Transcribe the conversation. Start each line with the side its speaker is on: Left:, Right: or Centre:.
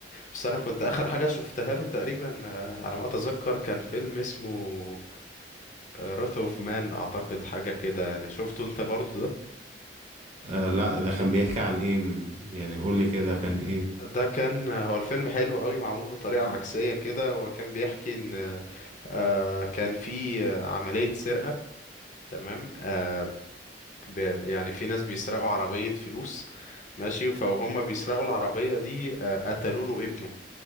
Left: بس انا كنت اخر حاجه شفتها له تقريبا آه، على ما اتذكر كان فيلم اسمه راث اوف مان اعتقد حاجه كده يعني شفته انت برضو ده
Right: آه لا ده كان بيحكي عن ايه م- يعني قول لي كده كان ايه
Left: ده كان هو الفيلم حلو قوي معمول بطريقه عكسيه كده هو كان بيحكي ان آه، كان في آه، عمليه سرقه تمام آه، ب- يعني في ناس بيسرقوا عربيه فلوس ماشي فهم بيسرقوا العربيه دي آه، قتلوا له ابنه